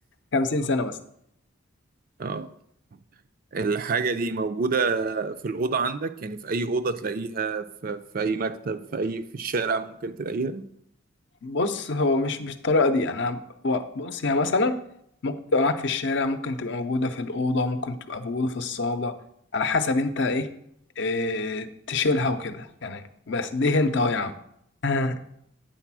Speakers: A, on the left; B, on the right.
A: خمسين سنة
B: اه الحاجة دي موجودة في الأوضة عندك يعني في أي أوضة تلاقيها في, في أي مكتب في أي في الشارع ممكن تلاقيها
A: بص هو مش بالطريقة دي يعني أنا هو بص هي مثلا ممكن تبقى معاك في الشارع ممكن تبقى موجودة في الأوضة ممكن تبقى موجودة في الصالة على حسب أنت إيه, إيه تشيلها وكده يعني بس دي أنت أهو يا عم آه.